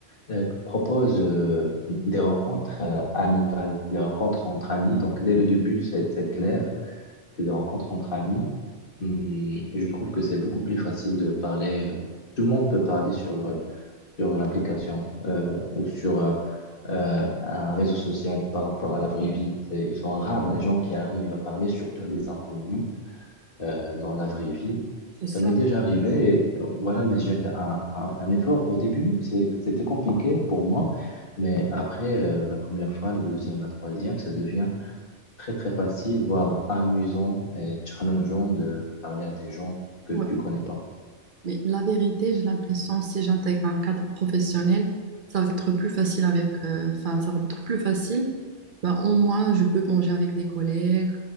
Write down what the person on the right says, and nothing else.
C'est
ça,
ouais.
Mais la vérité, j'ai l'impression si j'intègre un cadre professionnel, ça va être plus facile avec, euh, enfin, ça va être plus facile. Ben, au moins, je peux manger avec des collègues,